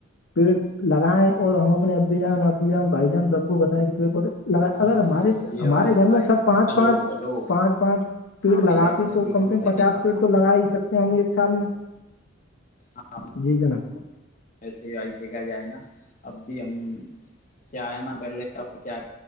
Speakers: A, on the left (about 65°); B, on the left (about 40°).
A: پیڑ لگائیں اور ہم اپنے ابو جان ابو جان بھائی جان سب کو بتائیں کہ تے اگر
B: ہاں
A: ہمارے
B: بھائی یہ
A: ہمارے
B: بھائی
A: گھر
B: بھائی
A: میں سب پانچ
B: ہلو
A: پانچ
B: ہلو
A: پانچ پانچ پیڑ
B: ہاں بھائی
A: لگاتے
B: آپ
A: ہیں
B: نے
A: تو
B: بالکل
A: کم سے کم
B: صحیح
A: پچاس
B: فرمایا
A: پیڑ تو لگا ہی سکتے ہیں ہم ایک سال میں
B: ہاں
A: جی جناب
B: صحیحسے دیکھا جائے نا اب بھی ہم کیا ہے نا پہلے ا کیا